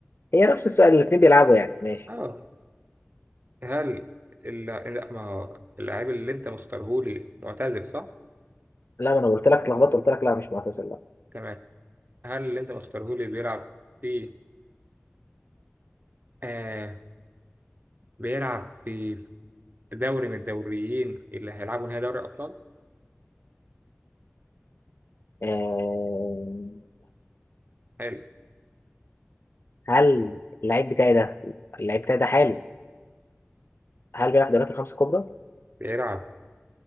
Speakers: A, on the left; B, on the right.
A: هي نفس السؤال الاثنين بيلعبوا يعني ماشي
B: أه هل اللع... لأ ما هو اللعيب اللي أنت مختارهولي معتزل صح
A: لا ما انا قلت لك اتلخبطت قلت لك لا مش معتزل لا
B: تمام هل اللي أنت مختارهولي بيلعب في أه بيلعب في دوري من الدوريين اللي هيلعبوا نهائي دوري الأبطال
A: آه
B: حلو
A: هل اللعيب بتاعي ده اللعيب بتاعي ده حالي هل بيلعب في الدوريات الخمس الكبرى؟
B: بيلعب